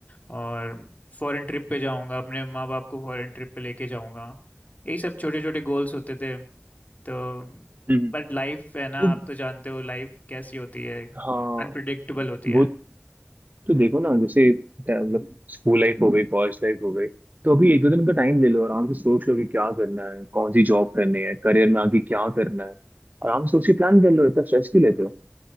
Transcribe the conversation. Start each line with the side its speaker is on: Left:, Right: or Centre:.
Left: और फॉरेन ट्रिप पे जाऊँगा अपने माँ बाप को फॉरेन ट्रिप पे लेके जाऊँगा यही सब छोटे छोटे गोल्स होते थे तो
Right: हम्म
Left: बट लाइफ है ना
Right: तो
Left: आप तो जानते हो लाइफ कैसी होती है
Right: हाँ
Left: अनप्रडिक्टेबल होती
Right: वो
Left: है
Right: तो देखो ना जैसे मतलब स्कूल लाइफ हो गई कॉलेज लाइफ हो गई तो अभी एक दो दिन का टाइम ले लो आराम से सोच लो कि क्या करना है कौन सी जॉब करनी है करियर में आगे क्या करना है आराम से उसी प्लान कर लो इतना स्ट्रेस क्यों लेते हो